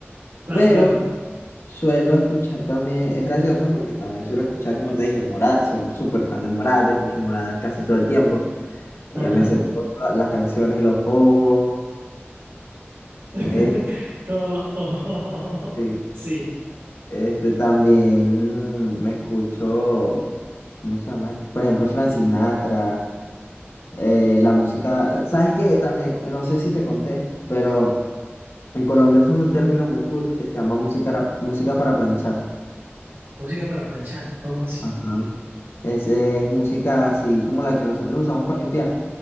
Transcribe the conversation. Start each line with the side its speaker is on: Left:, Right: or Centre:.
Right: Claro,
Left: pero
Right: claro.
Left: suelo escuchar también, es gracioso porque también suelo escuchar, como te dije, Morat, soy súper fan de Morat, escucho Morat casi todo el tiempo, eh,
Right: Ajá.
Left: me sé todas las canciones y los bobos.
Right: <laughs>
Left: Este,
Right: Todos los ojos.
Left: este,
Right: <laughs> Sí.
Left: este también me escucho, ¿cómo se llama esto? Por ejemplo, Frank Sinatra, eh, la música, ¿sabes qué? También, no sé si te conté, pero en Colombia usan un término muy cool que se llama música, ra- música para planchar.
Right: Música para planchar. ¿Cómo así?
Left: Ajá. Es, es música así como la que nosotros usamos para limpiar.